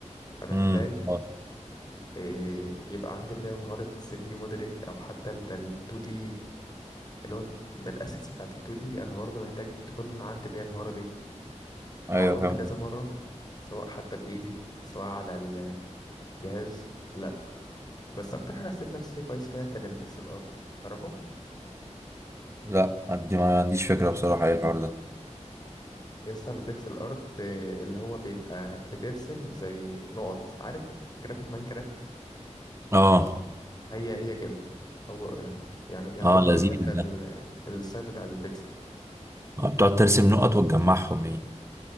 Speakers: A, on the left; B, on the right.
A: فمحتاج
B: امم اه
A: إيه، يبقى عندي اللي هي مهارة 3D موديلينج او حتى ال- ده ال 2D اللي هو بالاسيتس بتاعت ال 2 دي انا برضه محتاج تكون عندي اللي هي المهارة دي
B: ايوه
A: وحاولت
B: فاهم
A: كذا
B: قصدك.
A: مرة سواء حتى بايدي سواء على الجهاز لا بس اكتر حاجة حسيت نفسي كويس فيها كان البيكسل ارت تعرفه
B: لا عندي ما عنديش فكره بصراحه ايه الحوار ده
A: يسطا البيكسل ارت آه، اللي هو بيبقى بترسم زي نقط عارف جرافيك ماينكرافت
B: اه
A: هي هي كده هو يعني يعني
B: اه
A: هو ده
B: لذيذ
A: من الاخر ده ال-
B: ده
A: السايب بتاع البيكسل
B: آه، بتقعد ترسم نقط وتجمعهم يعني